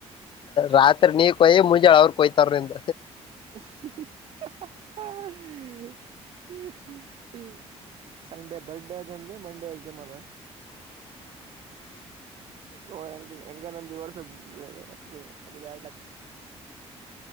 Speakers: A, on the left; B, on the right.
A: ರಾತ್ರಿ ನೀ ಕೊಯಿ ಮುಂಜಳೆ ಅವ್ರ ಕೊಯ್ತಾರ್ರಂತ
B: <inaudible> ಸಂಡೇ ಬರ್ಡೇ ಅದಂದು ಮಂಡೇ ಎಕ್ಸಾಮ್ ಅದ
A: <inaudible>
B: ನೋಂಗ ಹೆಂಗ ನಂದ ಇ ವರ್ಸ ಹ್ಮ್ ಅದು ವೇಡಕ್ಕೆ